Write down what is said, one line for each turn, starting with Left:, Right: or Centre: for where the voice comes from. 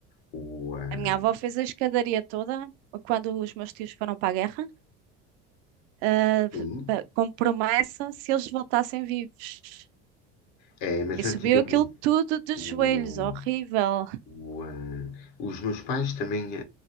Left: O, ah,
Right: A minha avó fez a escadaria toda quando os meus tios foram para a guerra. ah,
Left: sim,
Right: pa- como promessa se eles voltassem vivos.
Left: É, mas
Right: E
Left: antigamente
Right: subiu aquilo tudo de
Left: o,
Right: joelhos, horrível,
Left: o, ah, os meus pais também, ah,